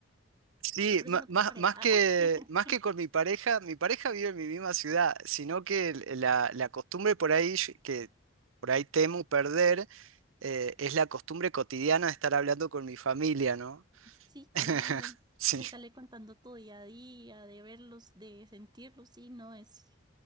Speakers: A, on the right; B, on the right.
A: Sí,
B: Yo por
A: ma-
B: eso no tengo
A: más,
B: pareja.
A: más que,
B: <laughs>
A: más que con mi pareja, mi pareja vive en mi misma ciudad, sino que el- la, la costumbre por ahí yo- que por ahí temo perder eh, es la costumbre cotidiana de estar hablando con mi familia, ¿no?
B: Sí, claro.
A: <laughs> Sí.
B: De estarle contando tu día a día, de verlos, de sentirlos, sí, no, es,